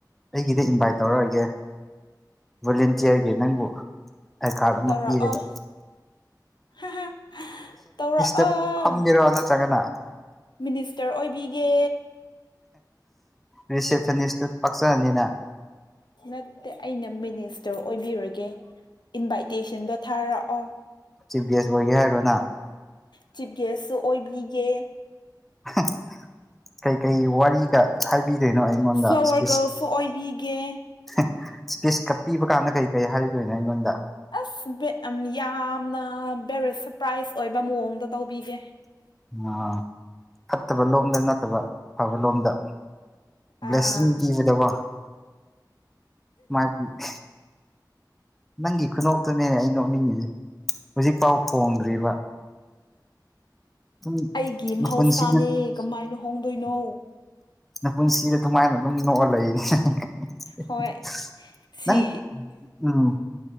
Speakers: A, in the centre; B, on the left.
A: ꯑꯩꯒꯤꯗ ꯏꯟꯚꯥꯏꯠ ꯇꯧꯔꯛꯑꯒꯦ ꯚꯣꯂꯨꯟꯇꯤꯌꯔꯒꯤ ꯅꯪꯕꯨ ꯑꯥꯏ ꯀꯥꯔꯠ ꯑꯃꯥ
B: ꯇꯧꯔꯛꯑꯣ
A: ꯄꯤꯔꯒ
B: ꯍꯥꯍꯥ ꯇꯧꯔꯛꯑꯣ
A: <unintelligible> ꯐꯝꯒꯦꯔꯣ ꯅꯠꯇ꯭ꯔꯒꯅ
B: ꯃꯤꯅꯤꯁꯇꯔ ꯑꯣꯏꯕꯤꯒꯦ
A: ꯔꯤꯁꯦꯞꯁꯅꯤꯁꯇ ꯄꯛꯆꯅꯤ ꯅꯪ
B: ꯅꯠꯇꯦ ꯑꯩꯅ ꯃꯤꯅꯤꯁꯇꯔ ꯑꯣꯏꯕꯤꯔꯣꯏꯒꯦ ꯏꯟꯚꯥꯏꯇꯦꯁꯟꯗꯣ ꯊꯥꯔꯛꯑꯣ
A: ꯆꯤꯐ ꯒꯦꯁ ꯑꯣꯏꯒꯦ ꯍꯥꯏꯔꯣ ꯅꯪ
B: ꯆꯤꯐ ꯒꯦꯁꯁꯨ ꯑꯣꯏꯕꯤꯒꯦ
A: <unintelligible> ꯀꯩꯀꯩ ꯋꯥꯔꯤꯒ ꯍꯥꯏꯕꯤꯗꯣꯏꯅꯣ ꯑꯩꯉꯣꯟꯗ
B: ꯐ꯭ꯂꯋꯔ
A: ꯁ꯭ꯄꯤꯁ
B: ꯒꯔꯜꯁꯨ ꯑꯣꯏꯕꯤꯒꯦ
A: <unintelligible> ꯁ꯭ꯄꯤꯁꯀ ꯄꯤꯕ ꯀꯥꯟꯗ ꯀꯩ ꯀꯩ ꯍꯥꯏꯗꯣꯏꯅꯣ ꯑꯩꯉꯣꯟꯗ
B: ꯑꯁ ꯕꯦꯠ ꯑꯝ ꯌꯥꯝꯅ ꯕꯦꯔꯤ ꯁꯔꯄ꯭ꯔꯥꯏꯖ ꯑꯣꯏꯕ ꯃꯑꯣꯡꯗ ꯇꯧꯕꯤꯒꯦ
A: ꯑ ꯐꯠꯇꯕ ꯂꯣꯝꯗ ꯅꯠꯇꯕ ꯑꯐꯕ ꯂꯣꯝꯗ ꯕ꯭ꯂꯦꯁꯤꯡ
B: ꯑꯥ
A: ꯄꯤꯕꯗꯕ ꯃꯥꯒꯤ <unintelligible> ꯅꯪꯒꯤ ꯈꯨꯅꯣꯛꯇꯨꯅꯤꯅꯦ ꯑꯩ ꯅꯣꯛꯅꯤꯡꯉꯤꯁꯦ ꯍꯧꯖꯤꯛꯐꯥꯎ ꯍꯣꯡꯗ꯭ꯔꯤꯕ ꯑꯗꯨꯝ
B: ꯑꯩꯒꯤ
A: ꯅꯄꯨꯟꯁꯤꯗ
B: ꯃꯍꯧꯁꯥꯅꯦ ꯀꯃꯥꯏꯅ ꯍꯣꯡꯗꯣꯏꯅꯣ
A: ꯅꯄꯨꯟꯁꯤꯗ ꯑꯗꯨꯃꯥꯏꯅ ꯑꯗꯨꯝ ꯅꯣꯛꯑ ꯂꯩ__ <unintelligible>
B: ꯍꯣꯏ
A: <unintelligible>
B: ꯁꯤ
A: ꯅꯪ ꯎꯝ